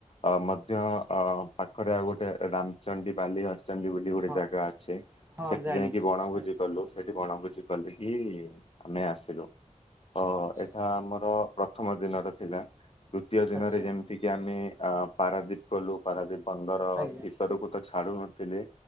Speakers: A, on the left; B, on the right.
A: ଅ ମଧ୍ୟ ଅ ପାଖରେ ଆଉ ଗୋଟେ ରାମଚଣ୍ଡୀ ବାଲି ଅ ଚଣ୍ଡି ବୋଲି ଗୋଟେ
B: ହଁ
A: ଜାଗା ଅଛି।
B: ହଁ
A: ସେଠି
B: ଜାଣିଛି।
A: ଯାଇଁକି ବଣଭୋଜି
B: ଆଚ୍ଛା
A: କଲୁ। ହେଠି ବଣଭୋଜି କଲୁ କି ଆମେ ଆସିଲୁ। ତ
B: ଆଚ୍ଛା
A: ଏଠା ଆମର ପ୍ରଥମ ଦିନର ଥିଲା ଦ୍ୱତୀୟ ଦିନରେ
B: ଆଚ୍ଛା
A: ଯେମିତିକି ଆମେ ଆ ପାରାଦ୍ଵୀପ କଲୁ ପାରାଦ୍ଵୀପ ପନ୍ଦର
B: ଆଜ୍ଞା
A: ଭିତରକୁ
B: ହୁଁ
A: ତ ଛାଡୁନଥିଲେ।